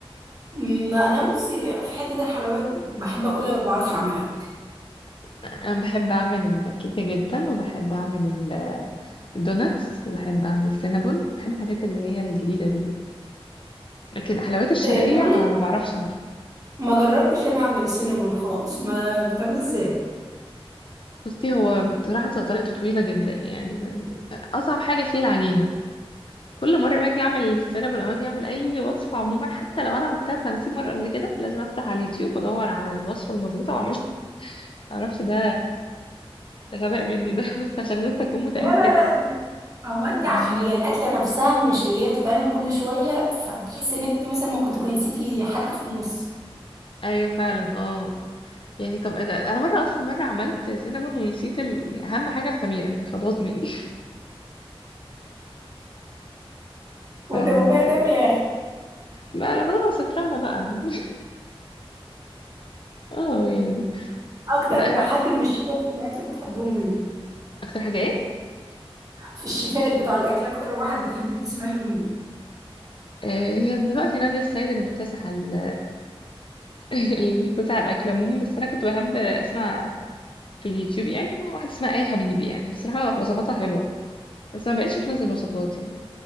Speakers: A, on the right; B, on the left.
A: أمم، انا بصي في حته الحلويات بحب اكلها ما بعرفش اعملها
B: انا بحب اعمل الكيكه جدا وبحب اعمل ال- الدوناتس وبحب اعمل سينابون بحب الحاجات اللي هي الجديده دي كده لكن الحلويات الشرقيه
A: إيه بتعملي
B: ما ما بعرفش اعمل
A: ما جربتش انا اعمل السنجول خالص ما بتعملي ازاي
B: بصي هو بصراحه طريقته طويله جدا يعني ف- اصعب حاجه فيه العجينه كل مرة باجي أعمل السينابون ولا باجي أعمل أي وصفة عموما حتى لو أنا عملتها خمسين مرة قبل كده لازم أفتح على اليوتيوب وأدور على الوصفة المظبوطة وأعملها <laughs> معرفش ده ده غباء مني ده <laughs> بس عشان لسه أكون متأكدة
A: لا لا لا هو انت
B: مم.
A: عشان هي الاكله نفسها مش اللي هي بتتعمل كل شويه فبتحسي ان انت مثلا ممكن تكوني نسيتي حاجه في النص
B: أيوة فعلا اه يعني طب إيه ده أنا مرة أصلا مرة عملت سينابون ونسيت ال... أهم حاجة الخميرة يعني فباظ مني <laughs>
A: وتبقى
B: ف
A: ده في الاخر
B: ما أنا خلاص اترمى بقى <laughs> اه يعني
A: اكتر
B: بقى
A: حد من الشيفات في الاكل بتحبهم مين
B: أكتر حاجة إيه؟
A: في الشيفات بتوع الاكل اكتر واحد بتحبي تسمعي له مين
B: آه، هي دلوقتي نادية السيد اللي مكتسحة ال- <laughs> اللي مكتسحة الأكل عموما بس أنا كنت بحب أسمع في اليوتيوب يعني مع واحدة اسمها آية حبيبي يعني بصراحة وصفاتها حلوة بس ما بقتش تنزل وصفات يعني